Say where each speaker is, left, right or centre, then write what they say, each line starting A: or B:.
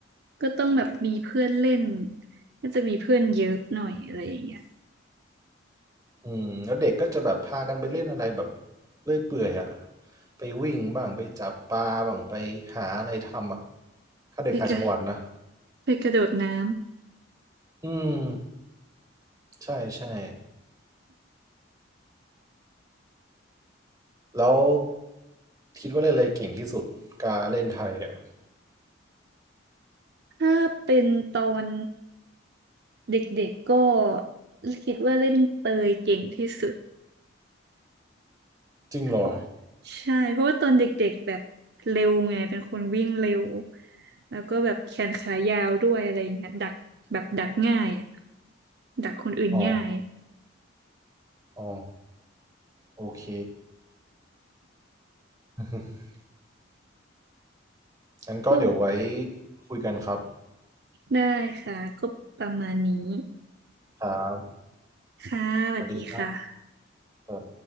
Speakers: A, on the right; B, on the right.
A: ก็ต้องแบบมีเพื่อนเล่นก็จะมีเพื่อนเยอะหน่อยอะไรอย่างเงี้ย
B: อืมแล้วเด็กก็จะแบบพากันไปเล่นอะไรแบบเลื่อยเปื่อยอ่ะไปวิ่งบ้างไปจับปลาบ้างไปหาอะไรทำอ่ะถ้าเด็กต่างจังหวัดนะ
A: ไปกระไปกระโดดน้
B: อืมใช่ใช่แล้วคิดว่าเล่นอะไรเก่งที่สุดการเล่นไทยอ่ะ
A: ำถ้าเป็นตอนเด็กๆก็คิดว่าเล่นเปยเก่งที่สุด
B: จริงเหรอ
A: เพราะใช่เพราะว่าตอนเด็กๆแบบเร็วไงเป็นคนวิ่งเร็วแล้วก็แบบแขนขายาวด้วยอะไรอย่างเงี้ยดักแบบดักง่ายอะดักคนอื่นง่าย
B: อ๋ออ๋อโอเค <laughs> งั้นก็เดี๋ยวไว้
A: ก็
B: คุยกันครับ
A: ได้ค่ะก็ประมาณนี้
B: ครับ
A: ค่ะสวัสดีค่ะ
B: สวัสดีครับ